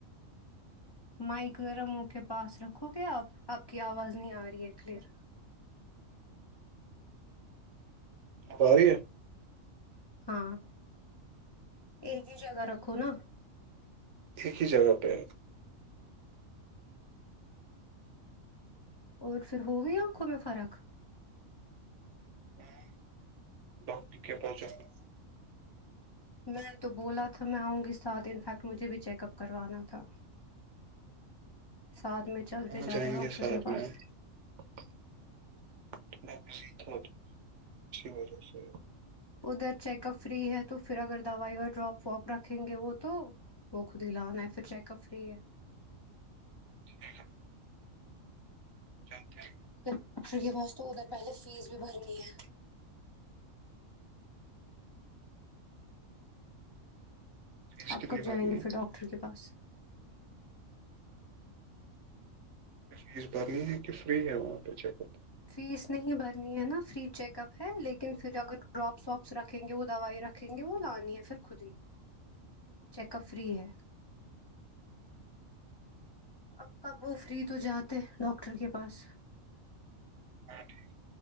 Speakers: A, on the left; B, on the right.
A: مائک ذرا منہ کے پاس رکھو گے آپ آپ کی آواز نہیں آ رہی ہے کلیئر
B: اب آرہی ہے
A: ہاں ایک ہی جگہ رکھو نا
B: ایک ہی جگہ پہ
A: اور پھر ہو گئی آنکھوں میں فرق
B: میں ڈاکٹر کے پاس جانا
A: میں تو بولا تھا میں آؤں گی ساتھ انفیکٹ مجھے بھی چکپ کروانا تھا ساتھ میں چلتے
B: وہاں
A: جاتے
B: جائیں
A: ڈاکٹر
B: گے ساتھ
A: کے پاس
B: میں <unintelligible> وجہ سے
A: ادھر چیک اپ فری ہے تو پھر اگر دوائی اور ڈراپ واپ رکھیں گے وہ تو وہ خود ہی لانا ہے پھر چیک اپ فری ہے
B: ٹھیک ہے ٹھیک ٹھیک
A: کمپوٹر کے پاس تو ادھر پہلے فیس بھی بھرنی ہے
B: فیس
A: آپ
B: کتنی
A: کب
B: بھرنی
A: جائیں گے
B: ہے
A: پھر ڈاکٹر کے پاس
B: فیس بھرنی ہے کہ فری ہے وہاں پہ چیک اپ
A: فیس نہیں بھرنی ہے نا فری چیک اپ ہے لیکن پھر اگر ڈراپس واپس رکھیں گے وہ دوائی رکھ رکھیں گے وہ لانی ہے پھر خود ہی چیک اپ فری ہے اب کب وہ فری تو جاتے ڈاکٹر کے پاس
B: ہاں ٹھیک